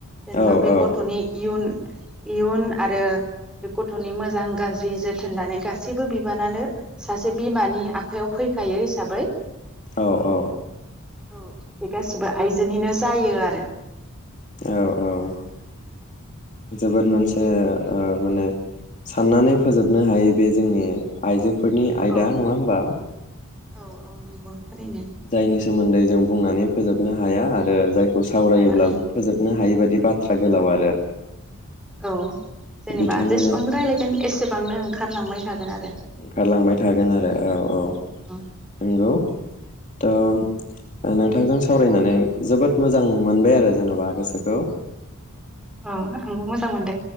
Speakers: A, in the centre; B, on the left (about 35°).
A: जेनेबा
B: औ
A: बे
B: औ
A: गथ'नि इयुन इयुन आरो बे गथ गथ'नि मोजां गाज्रि जोथोन लानाय गासैबो बिबानानो सासे बिमानि आखयाव फैखायो हिसाबै
B: औ औ।
A: औ बे गासिबो आइजोनिनो जायो आरो।
B: औ औ जोबोद मोनसे ओ ओ माने साननानै फोजोबनो हायै बे जोंनि आइजो फोरनि आयदा
A: औ
B: नङा होनबा?
A: औ औ नंगौ। थारैनो
B: जायनि सोमोन्दै जों बुंनानै फोजोब नो हाया आरो जायख खौ सावरायोब्ला
A: हाया औ
B: फोजोबनो हायि बायदि बाथ थ्रा गोलाव आरो
A: औ जेनेबा
B: बिथांमोना
A: जेसेबां रायलायगोन एसेबांनो ओंखार ओंखारलांबाय थागोन आरो
B: ओंखारलांबाय थागोन आरो औ औ
A: औ
B: नंगौ। थ' नोंथांजों सावरायनानै जोबोद मोजां मोनबाय आरो जेनबा गोसोखौ।
A: औ आंबो मोजां मोनदों।